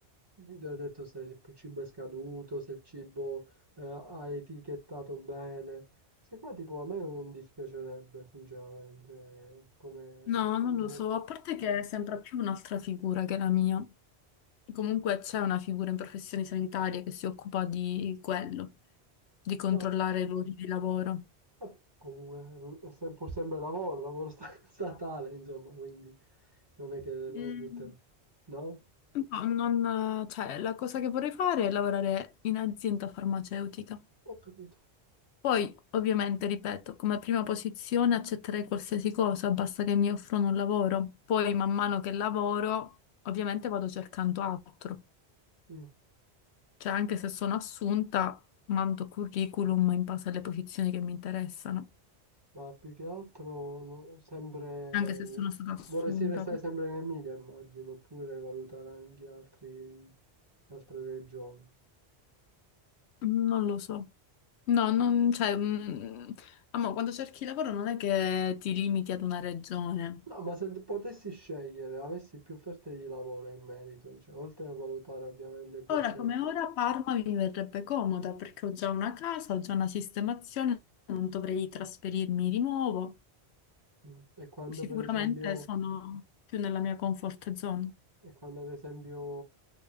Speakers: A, on the right; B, on the left.
A: di- ho detto se il cibo è scaduto, se il cibo eh, ha etichettato bene, se qua tipo a me non dispiacerebbe sinceramente come
B: No, non
A: lavoro.
B: lo so, a parte che sembra più un'altra figura che la mia. Comunque c'è una figura in professioni sanitarie che si occupa di quello, di controllare
A: No,
B: i luoghi di lavoro.
A: eh, comunque è sem- pur sempre lavoro, lavoro sta- <laughs> statale insomma, quindi non è che lo
B: Mm,
A: butterò, no?
B: no, non, cioè, la cosa che vorrei fare è lavorare in azienda farmaceutica.
A: Ho capito.
B: Poi, ovviamente, ripeto, come prima posizione accetterei qualsiasi cosa, basta che mi offrono un lavoro. Poi, man mano che lavoro, ovviamente vado cercando altro.
A: Mm.
B: Cioè, anche se sono assunta, mando curriculum in base alle posizioni che mi interessano.
A: Ma più che altro, no, sempre...
B: Anche se sono stata assunta.
A: Vorresti restare sempre in Emilia, immagino, oppure valutare anche altri... altre regioni.
B: Non lo so. No, non, cioè, mm, amo, quando cerchi lavoro non è che ti limiti ad una regione.
A: No, ma se potessi scegliere, avessi più offerte di lavoro in merito, cioè, oltre a valutare ovviamente questioni.
B: Ora come ora Parma mi verrebbe comoda perché ho già una casa, ho già una sistemazione, non dovrei trasferirmi di nuovo.
A: Mm. E quando
B: Sicuramente
A: per esempio
B: sono più nella mia comfort zone.
A: E quando ad esempio